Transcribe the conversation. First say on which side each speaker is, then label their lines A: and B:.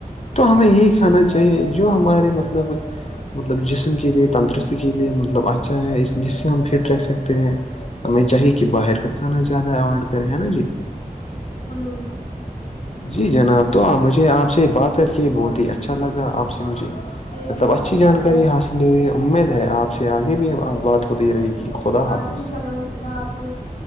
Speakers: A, on the left; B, on the left.
A: تو ہمیں یہی کھانا چاہیے جو ہمارے مطلب مطلب جسم کے لیے تندرستی کے لیے مطلب اچھا ہے جس سے ہم فٹ ر سکتے ہیں ہمیں چاہیے کہ باہر کا کھانا زیادہ اوائڈ کرے ہے نا جی
B: ہوں
A: جی جناب تو مجھے آپ سے بات کر کے بہت ہی اچھا لگا آپ سے مجھے
B: یہ
A: مطلب
B: بھی بہت
A: اچھی
B: اچھا
A: جانکاری
B: لگا
A: حاصل امید ہے آپ سے آگے بھی بات ہوتی رہے گی خدا
B: وعلیکم
A: حافظ
B: السلام خدا حافظ